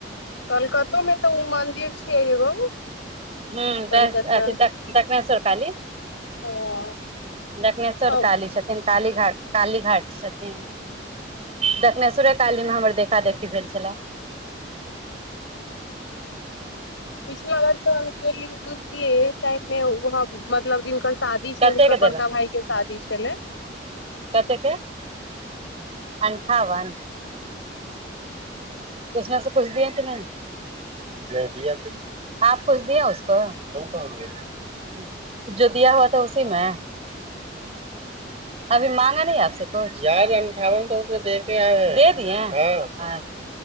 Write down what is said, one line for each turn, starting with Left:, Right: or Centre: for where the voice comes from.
Left: कलकतो मे तऽ उ मंन्दिर छियै एगो
Right: ह
Left: कलकत्ता
Right: बस अथ दक्षनेेश्वर काली
Left: हँ
Right: दक्षनेश्वर
Left: हँ
Right: काली छथिन काली घा काली घाट छथिन दक्षनेश्वरे कालीमे हमर देखादेखी भेल छलैह <inaudible>
Left: पिछला बार तऽ हम गेल बुझलियै टाइम मे हम मतलब जिनकर शादी छै
Right: कतेक
Left: हुनकर
Right: देलक
Left: बड़का भाई के शादी छलै
Right: कतेक के अंठावन उसमे से कुछ दिए कि नहि नइ दिया कुछ आप कुछ दिये उसको हम कहा दिये जो दिया हुआ था उसीमे अभी माँंगा नइ आपसे याद है कुछ याद अन्ठावन सौ से उसो दे के आए है दे दिय हँ अच्छा